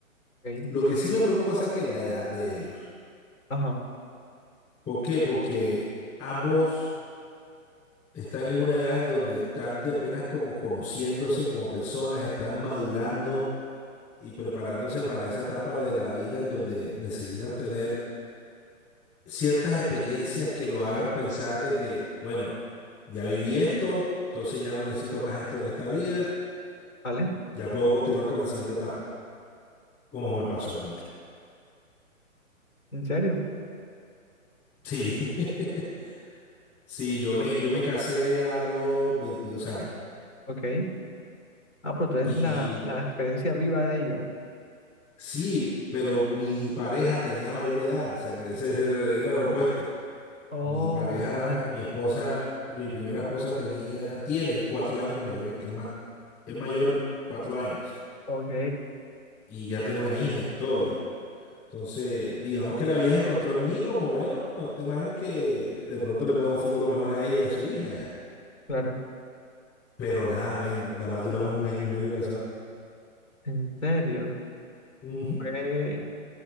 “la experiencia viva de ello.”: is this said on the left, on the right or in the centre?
Left